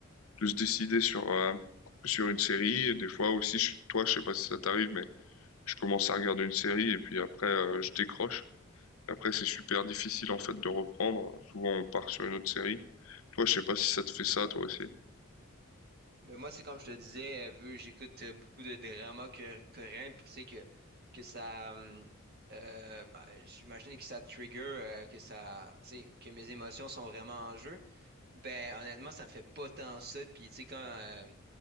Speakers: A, on the left; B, on the right.
A: de se décider sur, euh, sur une série. Et des fois aussi, je, toi, je sais pas si ça t'arrive, mais je commence à regarder une série et puis après euh, je décroche. Après, c'est super difficile en fait de reprendre. Souvent, on part sur une autre série. Toi, je sais pas si ça te fait ça, toi aussi.
B: Ben, moi, c'est comme je te disais, euh, vu que j'écoute euh, beaucoup de dramas cor- coréens, puis tu sais que, que ça. hum, euh, bah, j'imagine que ça trigger, euh, que ça. Tu sais, que mes émotions sont vraiment en jeu. Ben, honnêtement, ça me fait pas tant ça, puis tu sais, quand. euh,